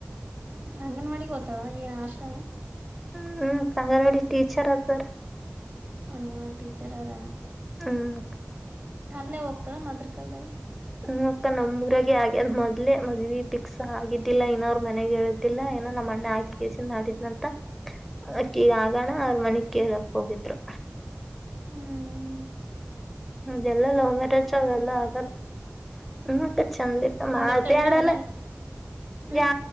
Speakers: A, on the right; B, in the centre.
A: ಹ್ಮ ಅಂಗನವಾಡಿಿಗೆ ಗೋತವಾ ಏನ್ ಆಶಾ
B: ಹ್ಮ್ ಹ್ಮ್ ಅಂಗನವಾಡಿ ಟೀಚರ್ ಅತ
A: ಅಂಗನವಾಡಿ ಟೀಚರ್ ಆರ.
B: ಹ್ಮ್
A: ಅಲ್ಲೇ ಹೋಗ್ತಳ ಮದರ್ ಕಲ್ದಾಗ.
B: ಇ ಅಕ್ಕ ನಮ್ ಊರಾಗ ಆಗ್ಯದ್ ಮೊದ್ಲೆ ಮದ್ವಿ ಪಿಕ್ಸ ಆಗಿದ್ದಿಲ್ಲಾ ಇನ್ನೋರು ಮನೆಗೆ ಹೇಳುದಿಲ್ಲಾ ಏನ ನಮ್ಮಣ್ಣ ಹಾಕಿ ಕಸ ಮಾಡಿದ್ನಂತಕ್ಕ ಈಗ ಆಗೋಣ ಅವ್ರ ಮನೆಗ್ ಕೇಳಕ್ ಹೋಗಿದ್ರು.
A: ಹ್ಮ
B: ಅದೆಲ್ಲ ಲವ್ ಮ್ಯಾರೇಜ್ ಅವೆಲ್ಲ ಆಗಲ್ಲ. ಹ್ಮ ಅಕ್ಕ ಚಂದ ಇತ್ತ ಮಾತೆ
A: ಇರ್ತಾಳಿಲ್ಲ
B: ಆಡಲ್ಲ
A: ಮನ್ಯಾಗ ಹ್ಮ್
B: ಯ